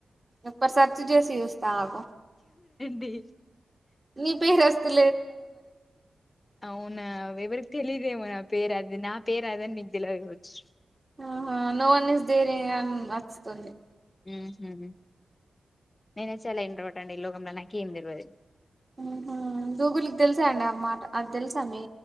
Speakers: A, on the right (about 20°); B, on the left (about 25°).
A: ఒక్క సర్చ్ చేసి చుస్త ఆగు
B: ఈ
A: నీ పేరే వస్తది.
B: అవునా ఎవరికి తెలిదేమో నా పేరు అది నా పేరూ అది అని నీకు తేలువది కావచ్చు.
A: ఆహా నో వన్ ఇస్ దేర్ అని వస్తుంది.
B: ఉహు నేనే చాలా ఇంట్రోవర్ట్ అండి. లోకంలో నాకు ఏం తెల్వది.
A: ఉహ్ గూగుల్కి తెలుసా అండి. అ మాట అది తెలుసా మీ